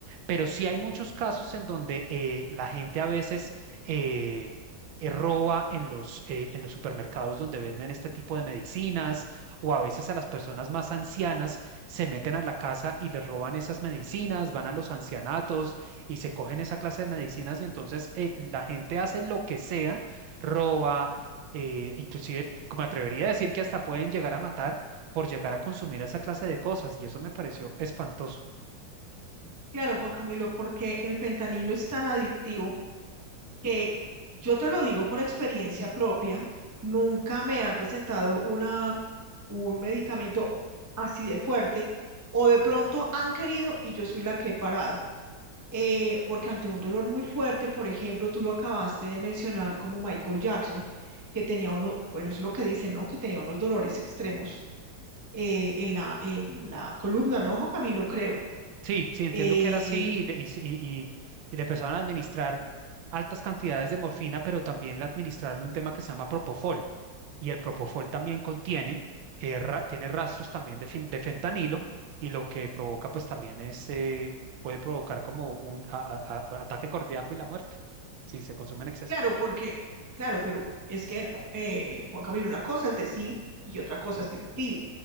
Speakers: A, on the right; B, on the right.
A: Pero sí hay muchos casos en donde eh, la gente a veces eh, eh, roba en los, eh, en los supermercados donde venden este tipo de medicinas o a veces a las personas más ancianas se meten a la casa y les roban esas medicinas, van a los ancianatos y se cogen esa clase de medicinas y entonces eh, la gente hace lo que sea, roba, eh, inclusive me atrevería a decir que hasta pueden llegar a matar por llegar a consumir esa clase de cosas y eso me pareció espantoso.
B: Claro, Juan Camilo, porque el fentanilo es tan adictivo que yo te lo digo por experiencia propia, nunca me han recetado una, un medicamento así de fuerte o de pronto han querido y yo soy la que he parado. eh, porque ante un dolor muy fuerte, por ejemplo, tú lo acabaste de mencionar como Michael Jackson, que tenía unos, bueno, eso es lo que dicen, ¿no? Que tenía unos dolores extremos eh, en la, en la columna, ¿no, Juan Camilo? Creo.
A: Sí, sí, entiendo
B: Eh,
A: que era así y le, y, se- y- y- y le empezaron a administrar altas cantidades de morfina, pero también le administraron un tema que se llama propofol. Y el propofol también contiene, eh, ra- tiene rastros también de, fen- de fentanilo y lo que provoca pues también es, eh, puede provocar como un a- a- a- ataque cardíaco y la muerte si se consume en exceso.
B: claro, porque, claro, pero es que, eh, Juan Camilo, una cosa es decir y otra cosa es sentir.